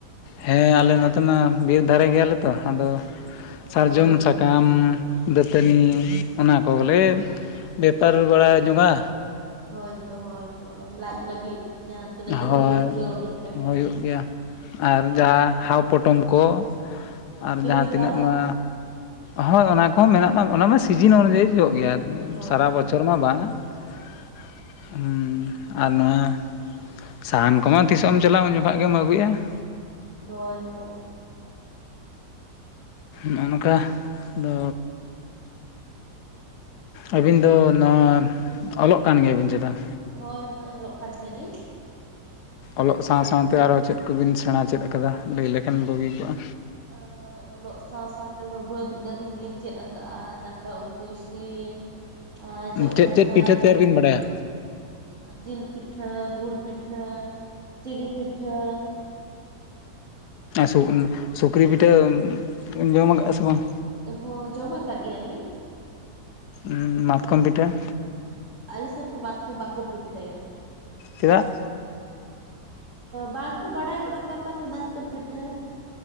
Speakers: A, on the left (about 75°); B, on the right (about 45°).
A: ᱦᱮᱸ ᱟᱞᱮ ᱱᱚᱛᱮ ᱢᱟ ᱵᱤᱨ ᱫᱷᱟᱨᱮ ᱜᱮᱭᱟᱞᱮ ᱛᱚ ᱟᱫᱚ ᱥᱟᱨᱡᱚᱢ
B: ᱦᱳᱭᱛᱚ
A: ᱥᱟᱠᱟᱢ ᱫᱟᱹᱛᱟᱹᱱᱤ ᱚᱱᱟ ᱠᱚᱜᱮᱞᱮ ᱵᱮᱯᱟᱨ ᱵᱟᱲᱟ ᱡᱚᱝᱚᱜᱼᱟ᱾
B: ᱦᱳᱭᱛᱚ ᱦᱳᱭ ᱦᱳᱭ ᱞᱟᱡᱽ ᱞᱟᱹᱜᱤᱫ ᱡᱟᱦᱟᱸ ᱛᱤᱱᱟᱹᱜ ᱜᱮ
A: ᱦᱳᱭ
B: ᱦᱩᱭᱩᱜ ᱠᱟᱹᱣᱰᱤ ᱴᱟᱠᱟ
A: ᱦᱩᱭᱩᱜ
B: ᱾
A: ᱜᱮᱭᱟ ᱟᱨ ᱡᱟᱦᱟᱸ ᱦᱟᱣ ᱯᱚᱴᱚᱢ ᱠᱚ
B: ᱦᱳᱭ
A: ᱟᱨ
B: ᱛᱤᱨᱤᱞ
A: ᱡᱟᱦᱟᱸ ᱛᱤᱱᱟᱹᱜ
B: ᱛᱟᱨᱚᱵ
A: ᱢᱟ ᱦᱳᱭ ᱚᱱᱟ ᱠᱚᱦᱚᱸ ᱢᱮᱱᱟᱜ ᱢᱟ ᱚᱱᱟᱢᱟ ᱥᱤᱡᱤᱱ ᱚᱱᱩᱡᱟᱭᱤ ᱦᱩᱭᱩᱜ ᱜᱮᱭᱟ
B: ᱦᱳᱭ
A: ᱥᱟᱨᱟ ᱵᱚᱪᱷᱚᱨ ᱢᱟ ᱵᱟᱝᱼᱟ
B: ᱦᱳᱭ
A: ᱾ ᱦᱩᱸ ᱟᱨ ᱱᱚᱣᱟ ᱥᱟᱦᱟᱱ ᱠᱚᱢᱟ ᱛᱤᱥᱚᱜ ᱮᱢ ᱪᱟᱞᱟᱜᱼᱟ ᱩᱱ ᱡᱚᱠᱷᱚᱱ ᱜᱮᱢ ᱟᱹᱜᱩᱭᱟ ᱾
B: ᱦᱳᱭ ᱦᱳᱭ ᱾
A: ᱱᱚᱜ ᱱᱚᱝᱠᱟ ᱫᱚ ᱟᱹᱵᱤᱱ ᱫᱚ ᱱᱚᱣᱟ ᱚᱞᱚᱜ ᱠᱟᱱ ᱜᱮᱭᱟᱵᱤᱱ ᱪᱮᱛᱟ?
B: ᱦᱳᱭ ᱦᱳᱭ ᱚᱞᱚᱜ ᱠᱟᱱ ᱜᱮᱭᱟᱞᱤᱧ ᱾
A: ᱚᱞᱚᱜ ᱥᱟᱶ ᱥᱟᱶᱛᱮ ᱟᱨᱦᱚᱸ ᱪᱮᱫ ᱠᱚᱵᱤᱱ ᱥᱮᱬᱟ ᱪᱮᱫ ᱟᱠᱟᱫᱟ ᱞᱟᱹᱭ ᱞᱮᱠᱷᱟᱱ ᱵᱩᱜᱤ ᱠᱚᱜᱼᱟ?
B: ᱟᱨ <inaudible> ᱚᱞᱚᱜ ᱥᱟᱶ ᱥᱟᱶ ᱛᱮᱫᱚ ᱵᱟᱹᱫ ᱠᱟᱹᱢᱤ ᱦᱚᱸᱞᱤᱧ ᱪᱮᱫ ᱟᱠᱟᱜᱼᱟ ᱫᱟᱠᱟ ᱩᱛᱩ ᱤᱥᱤᱱ ᱟᱨ ᱡᱚᱜᱨᱟᱪᱟᱡ
A: ᱪᱮᱫ ᱪᱮᱫ ᱯᱤᱴᱷᱟᱹ ᱛᱮᱭᱟᱨ ᱵᱤᱱ ᱵᱟᱰᱟᱭᱟ
B: ᱡᱤᱞ ᱯᱤᱴᱷᱟᱹ, ᱜᱩᱲ ᱯᱤᱴᱷᱟᱹ, ᱪᱤᱱᱤ ᱯᱤᱴᱷᱟᱹ ᱾
A: ᱥᱩᱠ ᱥᱩᱠᱨᱤ ᱯᱤᱴᱷᱟᱹ ᱡᱚᱢ ᱟᱠᱟᱜᱼᱟ ᱥᱮ ᱵᱟᱝ?
B: ᱦᱚᱸ ᱡᱚᱢᱟ ᱟᱠᱟᱫ ᱜᱮᱭᱟᱞᱤᱧ ᱾
A: ᱩᱸ ᱢᱟᱛᱠᱚᱢ ᱯᱤᱴᱟᱹ?
B: ᱟᱞᱮᱥᱮᱫ ᱢᱟ ᱢᱟᱛᱠᱚᱢ ᱵᱟᱠᱚ ᱯᱤᱴᱷᱟᱹᱭᱟ ᱾
A: ᱪᱮᱫᱟᱜ?
B: ᱵᱟᱝᱠᱚ ᱵᱟᱲᱟᱭ ᱜᱚᱫᱠᱟᱫᱼᱟ ᱯᱟᱞᱮᱱ ᱢᱟᱛᱠᱚᱢ ᱯᱤᱴᱷᱟᱹ ᱾